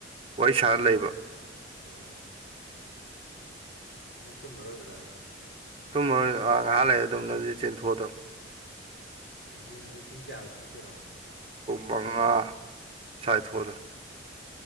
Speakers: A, on the right (about 30°); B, on the left (about 55°).
A: ꯋꯥꯔꯤ ꯁꯥꯔ
B: ꯄꯩꯁꯥ
A: ꯂꯩꯕ
B: ꯂꯩꯕ ꯎ ꯑꯩ ꯇꯨꯝꯃꯔꯣꯏꯕꯗ
A: ꯇꯨꯝꯃꯔꯣꯏ ꯉꯥꯏꯍꯥꯛ ꯂꯩꯔ ꯑꯗꯨꯝ ꯅꯝꯁ ꯆꯦꯟꯊꯣꯛꯑꯗꯣ
B: ꯂꯝꯖꯦꯜꯁꯦ ꯄꯨꯡ ꯀꯌꯥꯗ ꯊꯣꯛꯇꯣꯏꯅꯣ
A: ꯑꯣ ꯃꯉꯥ ꯁꯥꯏꯊꯣꯔ